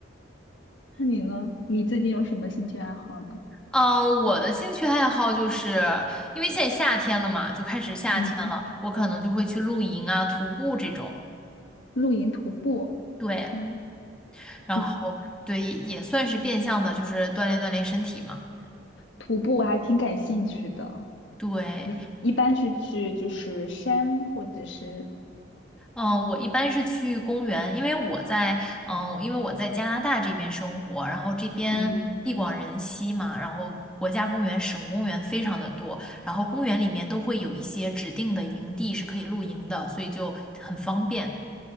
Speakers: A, on the left; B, in the centre.
A: 那你呢？你最近有什么兴趣爱好呢？
B: 嗯、我的兴趣爱好就是因为现在夏天了嘛，就开始夏天了，
A: 嗯，
B: 我可能就会去露营啊、徒步这种。
A: 露营、徒步。
B: 对，
A: 嗯
B: 然后对，
A: 嗯，
B: 也算是变相的，就是锻炼锻炼身体嘛。
A: 徒步我还挺感兴趣的。
B: 对，
A: 你一般是去就是山或者是
B: 嗯，我一般是去公园，因为我在嗯，因为我在加拿大这边生活，然后这边地广人稀嘛，
A: 嗯
B: 然后国家公园、省公园非常的多，然后公园里面都会有一些指定的营地是可以露营的，所以就很方便。